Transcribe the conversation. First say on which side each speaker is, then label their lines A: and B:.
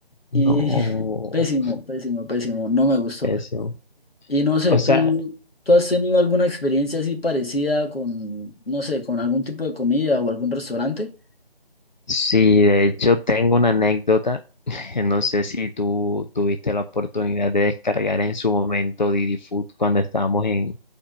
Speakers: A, on the left (about 70°); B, on the left (about 50°).
A: Y
B: No,
A: <laughs> pésimo, pésimo, pésimo, no me gustó.
B: pésimo.
A: Y no sé,
B: O
A: ¿tú,
B: sea,
A: tú has tenido alguna experiencia así parecida con, no sé, con algún tipo de comida o algún restaurante?
B: sí, de hecho tengo una anécdota. <laughs> No sé si tú tuviste la oportunidad de descargar en su momento Didi Food cuando estábamos en,